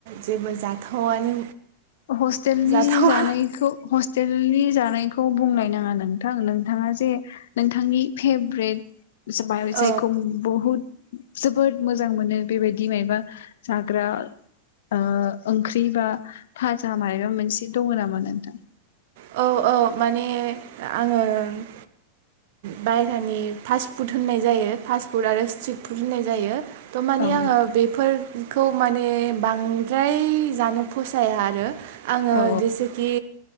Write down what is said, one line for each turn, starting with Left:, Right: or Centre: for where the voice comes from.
Right: जेबो जाथावानो
Left: हस्टेलनि
Right: जाथावा
Left: जानायखौ हस्टेलनि जानायखौ बुंनाय नाङा नों नोंथां नोंथाङा जे नोंथांनि फेबरेट
Right: औ
Left: जायखौ बुहुद जोबोद मोजां मोनो बेबायदि मायबा जाग्रा ओ ओंख्रि बा भाजा मायबा मोनसे दङ नामा नोंथां?
Right: औ औ माने आङो बायहेरानि फास्ट फुड होननाय जायो फास्ट फुड आरो स्ट्रिट फुड होननाय जायो थ' माने
Left: औ
Right: आङो बेफोर खौ माने बांद्राय जानो फसाया आरो आङो
Left: औ
Right: जेसेखि